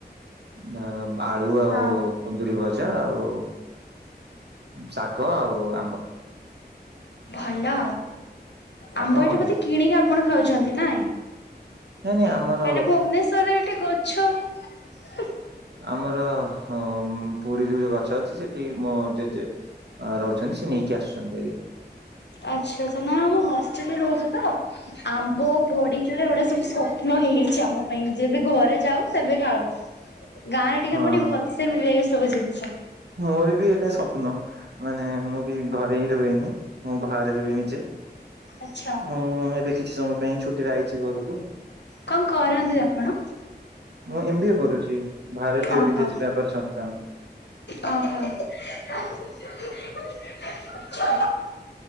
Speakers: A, on the right; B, on the left.
A: ଦା ଆଳୁ ଆଉ
B: ହଁ।
A: କୁନ୍ଦୁରି ଭଜା ଆଉ ଶାଗ ଆଉ ଆମ୍ବ
B: ଭଲ ଆମ୍ବ
A: ଆପଣ କଣ
B: ଏଇଠୁ
A: ଖାଇଥିଲେ?
B: ବୋଧେ କିଣିକି ଆପଣ ଖାଉଛନ୍ତି ନାଇଁ?
A: ନାଇଁ ନାଇଁ
B: କାଇଁ
A: ଆମର
B: ନା ଭୁବନେଶ୍ଵରରେ ଏଠି ଗଛ ହୁଁ
A: ଆମର ହମ୍ ପୁରୀରୁ ଯୋଉ ଗଛ ଅଛି ସେଠି ମୋ ଜେଜେ ରହୁଛନ୍ ସେ ନେଇକି ଆସୁଚନ୍ତି ଏରି।
B: ଆଚ୍ଛା ତା ନାଁ ମୁଁ ହଷ୍ଟେଲରେ ରୋଉଚି ତ ଆମ୍ବ ବଡ଼ି ଚୁରା ଏଉଡ଼ା ସବୁ ସପ୍ନ ହେଇଯାଇଚି ଆମ ପାଇଁ ଯେବେ ଘରେ ଯାଉ ସେବେ ଖାଉ। ଗାଁରେ ଟିକେ
A: ହଁ
B: ଆମୁ ଟିକେ ଭଲସେ ମିଳେ ଏ ସବୁ ଜିନିଷ।
A: ମୋର ବି ଏଇଟା ସପ୍ନ ମାନେ ମୁଁ ବି ଘରେ ହିଁ ରୁହେନି ମୁଁ ବାହାରେ ରୁହେ ନି ଜେ
B: ଆଚ୍ଛା।
A: ମୁଁ ଏବେ କିଛି ସମୟ ପାଇଁ ଛୁଟିରେ ଆଇଚି ଘରୁକୁ।
B: କଁ କରନ୍ତି ଆପଣ?
A: ମୁଁ ଏମ୍ ବି ଏ କରୁଚି ଭାରତୀୟ
B: ଓହୋ
A: ବିଦେଶ ବ୍ୟାପାର ସଂସ୍ଥାନ୍।
B: ଓହୋ ଆଛା,